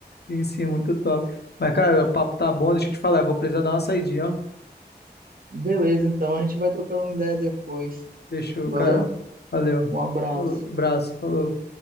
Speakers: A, on the left; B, on the right.
A: Sim, sim, muito top. Mas, cara, o papo tá bom, deixa eu te falar. Eu vou precisar dar uma saidinha, ó.
B: Beleza, então a gente vai trocando uma ideia depois.
A: Fechou,
B: Valeu?
A: cara. Valeu.
B: Um abraço.
A: Falou, abraço, falou.